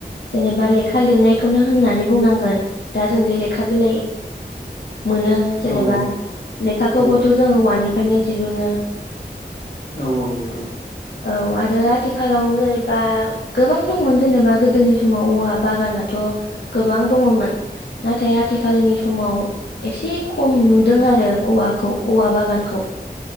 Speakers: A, on the left (about 80°); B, on the left (about 60°).
A: जेने बा लेखा लिरनायखौनो होननानै बुंनांगोन दा जों लेखा बिलाइ मोनो जेनेबा
B: औ
A: लेखाखौबोथ'
B: औ
A: जोङो औवानिफ्रायनो दिहुनो
B: औ औ नंगौ
A: औ आरो आथिखालाव जेनेबा गोबां दंमोन जेनेबा गोदोनि समाव औवा बागानाथ' गोबां दङमोन नाथाय आथिखालनि समाव एसे खम नुदों आरो ओ औखौ औवा बागानखौ